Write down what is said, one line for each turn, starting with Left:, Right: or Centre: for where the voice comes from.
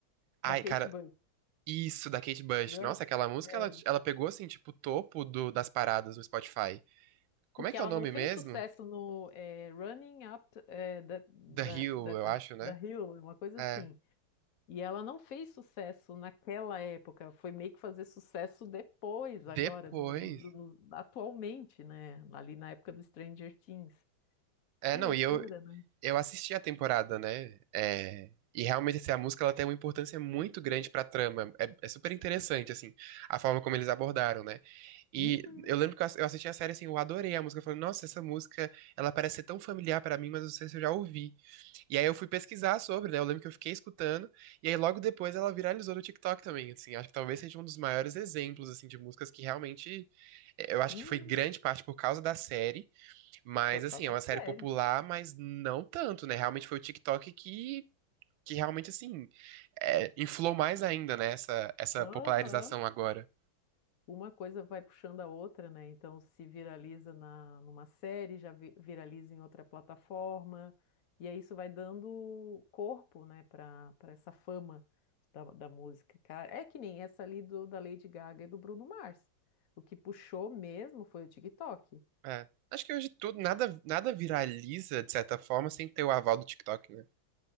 Right: Ai,
Left: da Kate
Right: cara,
Left: Bush.
Right: Isso, da Kate Bush.
Left: Run-
Right: Nossa, aquela música,
Left: é,
Right: ela, ela pegou, assim, tipo, o topo do, das paradas no Spotify. Como
Left: Porque
Right: é que
Left: ela
Right: é o nome
Left: não fez
Right: mesmo?
Left: sucesso no é, Running Up é, da, da,
Right: The Hill,
Left: da,
Right: eu acho, né?
Left: da Hill, uma coisa
Right: É.
Left: assim. E ela não fez sucesso naquela época, foi meio que fazer sucesso depois,
Right: Depois...
Left: agora, no, no- no- atualmente, né? Ali na época do Stranger Things. Que
Right: É, não,
Left: loucura,
Right: e eu,
Left: né?
Right: eu assisti a temporada, né? É, e realmente, assim, a música, ela tem uma importância muito grande pra trama. É, é super interessante, assim, a forma como eles abordaram, né? E
Left: Uhum,
Right: eu lembro que eu ass- eu assisti a série, assim, eu adorei a música. Eu falei, nossa, essa música, ela parece ser tão familiar pra mim, mas eu não sei se eu já ouvi. E aí eu fui pesquisar sobre, né? Eu lembro que eu fiquei escutando, e aí logo depois ela viralizou no TikTok também, assim. Acho que talvez seja um dos maiores exemplos, assim, de músicas que realmente... eh, Eu acho
Left: uhum.
Right: que foi grande parte por causa da série, mas,
Left: Foi por
Right: assim,
Left: causa
Right: é uma
Left: da
Right: série
Left: série.
Right: popular, mas não tanto, né? Realmente foi o TikTok que, que realmente, assim, eh, inflou mais ainda, né? Essa, essa
Left: Aham.
Right: popularização agora.
Left: Uma coisa vai puxando a outra, né? Então, se viraliza na, numa série, já vi- viraliza em outra plataforma, e aí isso vai dando corpo, né, para para essa fama da, da música, cara. É que nem essa ali do, da Lady Gaga e do Bruno Mars. O que puxou mesmo foi o TikTok.
Right: É. Acho que hoje tudo, nada, nada viraliza, de certa forma, sem ter o aval do TikTok, né?